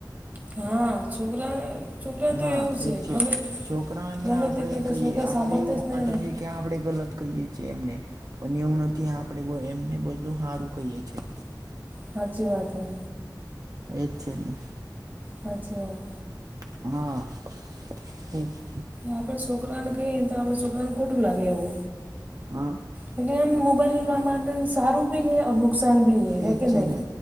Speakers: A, on the right (about 25°); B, on the right (about 50°).
A: હા છોકરાને છોકરાન
B: હા
A: તો એવું છે
B: એ જ
A: ગમે
B: છોકરાને
A: ગમે
B: આપણે
A: તે કીધું
B: કઈ
A: છોકરા
B: આપણે
A: સાંભળતા
B: એવું
A: નહી
B: માટે
A: ને.
B: છે કે આપડે ગલત કહીએ છીએ એમને પન એવું નથી આપડે બહ એમને બધું હારું કહીએ છીએ.
A: સાાચી વાત હૈ.
B: એ જ છે ને.
A: હાચી વાત.
B: હા <unintelligible>
A: આપડે છોકરાન કહીએન તો આપડ છોકરા ન ખોટું લાગે એવુ.
B: હા
A: જોકે આમ મોબાઈલ લેવા માટે સારું ભી હે અમુક નુકસાન ભી હે. હે
B: એજ
A: કે
B: છેને.
A: નહીં